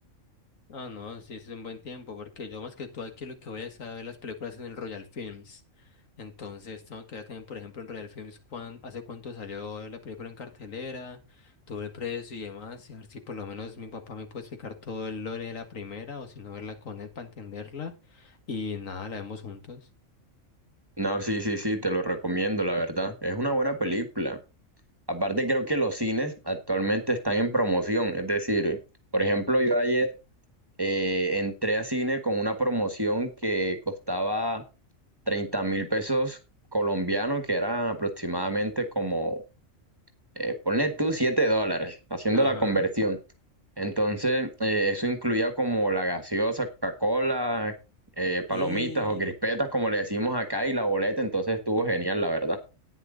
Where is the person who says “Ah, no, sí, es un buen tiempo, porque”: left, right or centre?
Left